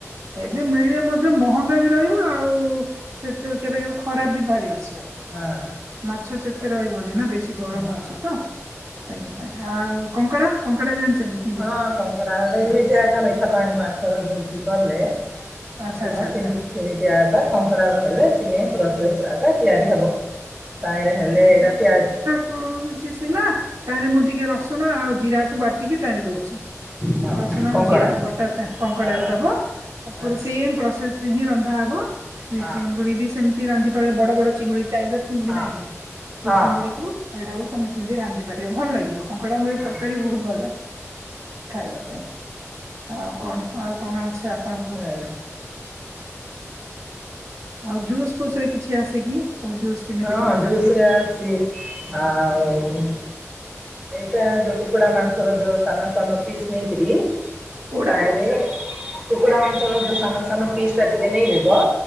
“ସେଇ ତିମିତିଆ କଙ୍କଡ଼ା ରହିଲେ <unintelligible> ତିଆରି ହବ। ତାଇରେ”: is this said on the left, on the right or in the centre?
Right